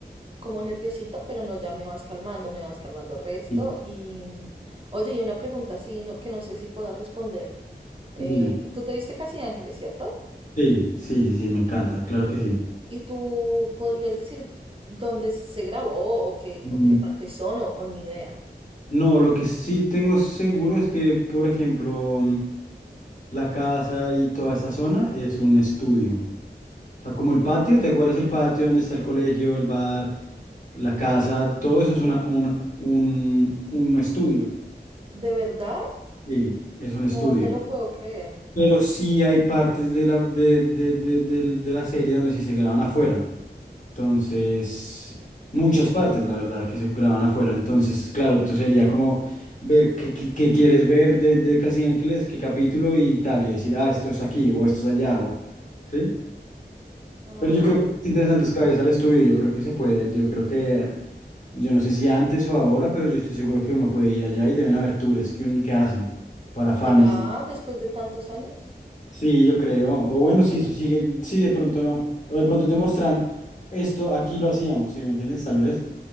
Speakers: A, on the right; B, on the left.
A: como nerviosita, pero no, ya me vas calmando, me vas calmando resto.
B: Y
A: Y, mm, oye, y una pregunta así no, que no sé si puedo responder. Eh,
B: dime.
A: ¿tú te viste Casi Ángeles, cierto?
B: Sí, sí, sí, sí, me encanta, claro
A: ¿Y,
B: que sí.
A: y tú podrías decir dónde se grabó o qué,
B: Mm,
A: o qué partes son o, o ni idea?
B: No, lo que sí tengo seguro es que, por ejemplo, mm, la casa y toda esa zona es un estudio. O sea, como el patio, ¿te acuerdas el patio donde está el colegio, el bar, la casa? Todo eso es
A: Sí.
B: una, una- un, un estudio.
A: ¿De verdad?
B: Sí, es un estudio.
A: No te lo puedo creer.
B: Pero sí hay partes de la, de, de, de, del- de la serie donde sí se graban afuera. Entonces, muchas partes, la verdad, que se graban afuera. Entonces, claro, tú sería como ver qué, qué- qué quieres ver de, de Casi Ángeles, qué capítulo y tal, y decir, ah, esto es aquí o esto es allá, o... ¿Sí?
A: Ah,
B: Pero yo creo
A: ok.
B: que es interesante es que vayas al estudio, yo creo que se puede, yo creo que, yo no sé si antes o ahora, pero yo estoy seguro que uno puede ir allá y deben haber tours que, un- que hacen para fans.
A: ¿Será después de tantos años?
B: Sí, yo creo. O bueno, sí, eso sigue, sí, de pronto no. O de pronto te muestran esto, aquí lo hacíamos, ¿sí me entiendes? Tal vez.